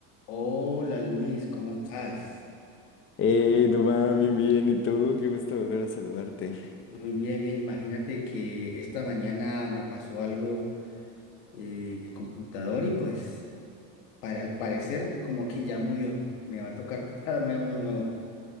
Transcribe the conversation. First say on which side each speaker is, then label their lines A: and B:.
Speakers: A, on the left (about 80°); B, on the left (about 25°).
A: Hola Luis, ¿cómo estás?
B: Hey, Dubán, bien, bien. ¿Y tú? Qué gusto volver a saludarte.
A: Muy bien, mira, imagínate que esta mañana me pasó algo eh, en el computador y pues para, al parecer como que ya murió. Me va a tocar <laughs> comprarme uno nuevo.